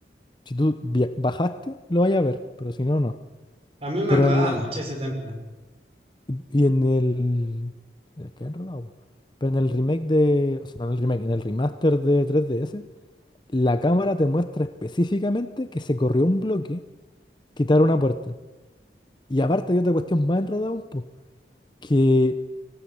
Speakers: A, on the left; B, on the right.
A: Si tú via- bajaste, lo vayas a ver, pero si no, no.
B: A mí me
A: Pero
B: enredaba
A: en el,
B: mucho ese templo.
A: y en el... eh, Qué enredado, po. Pero en el remake de... O sea, no en el remake, en el remaster de tres D S la cámara te muestra específicamente que se corrió un bloque, quitar una puerta. Y aparte hay otra cuestión más enredada un po, que